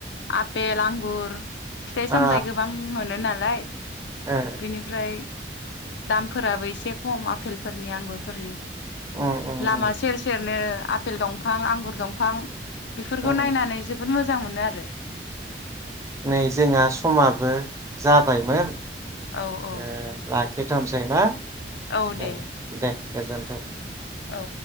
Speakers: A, on the left (about 85°); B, on the right (about 15°).
A: आपेल, आंगुर सामथायाइ
B: आ
A: गोबां मोनो नालाय। लाय
B: ओ
A: बेनिफ्राय दामफोराबो एसे खम आफेलफोरनि आंगुरफोरनि
B: ओ उम उम
A: लामा
B: उम
A: सेर सेरनो आफेल दंफां आंगुर दंफां बिफोरखौ
B: उम
A: नायनानै जोबोद मोजां मोजां मोनो आरो।
B: नै जोंहा समाबो जाबायमोन।
A: औ औ
B: ए ला खेथनसै ना <inaudible>
A: औ दे
B: ए दे गोजोनथों।
A: औ